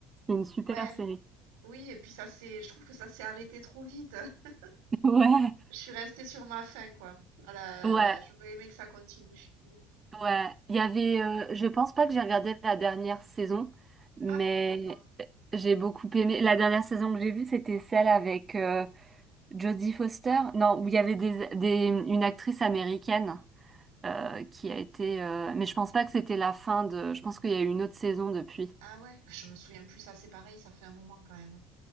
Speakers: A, on the right; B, on the right.
A: c'est une super
B: Ouais,
A: série.
B: oui, et puis ça, c'est, je trouve que ça s'est arrêté trop vite. <laughs>
A: <laughs> Ouais.
B: Je suis restée sur ma faim, quoi. Ah là,
A: Ouais,
B: là, j'aurais aimé que ça continue. Mm.
A: Ouais, il y avait, euh, je pense pas que j'ai regardé la dernière saison, mais
B: Ah, d'accord.
A: j'ai beaucoup aimé. La dernière saison que j'ai vue, c'était celle avec euh, Jodie Foster. Non, où il y avait des, des, une actrice américaine euh, qui a été. euh, Mais je pense pas que c'était la fin de. Je pense qu'il y a eu une autre saison depuis.
B: Ah ouais, je me souviens plus, ça, c'est pareil, ça fait un moment quand même.